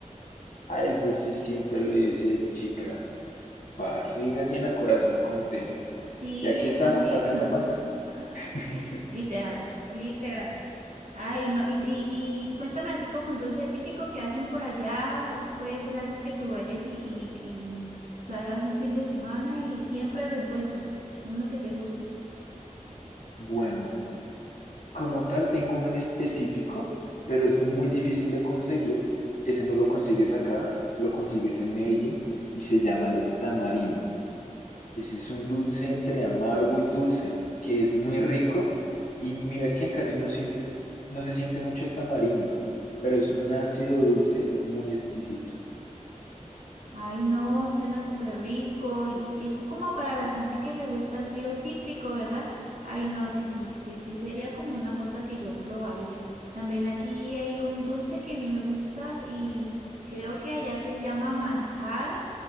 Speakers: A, on the left; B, on the right.
A: A eso sí siempre lo dice mi chica. Barriga llena, corazón contento.
B: Sí,
A: Y aquí
B: es
A: estamos
B: así.
A: sacando
B: <laughs>
A: panza. <laughs>
B: Literal, literal. Ay, no, y, y, y cuéntame así como un dulce típico que hacen por allá, o puede ser algo que tú vayas y, y, y salgas un fin de semana y siempre lo encuentres, uno que te guste.
A: Bueno, Como tal, tengo uno en específico, pero es muy difícil de conseguir. Ese no lo consigues acá, si lo consigues en Medellín y se llama el tamarindo. Ese es un dulce entre amargo y dulce que es muy rico y mira que casi no siente, no se siente mucho el tamarindo, pero es un ácido dulce muy exquisito.
B: Ay, no, suena súper rico. Y es como para la gente que le gusta así lo cítrico, ¿verdad? Ay, no, sí, sí, sí, sí, sería como una cosa que yo probaría. También aquí hay un dulce que a mí me gusta y creo que allá se llama manjar,